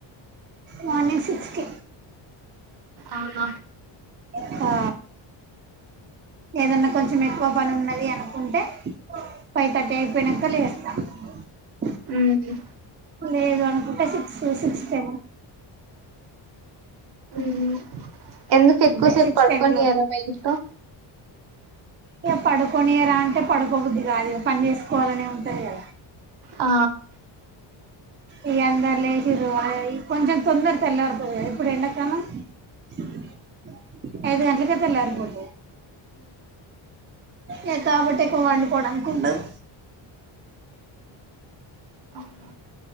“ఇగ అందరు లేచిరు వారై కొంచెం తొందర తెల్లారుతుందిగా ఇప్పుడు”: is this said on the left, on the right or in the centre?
Right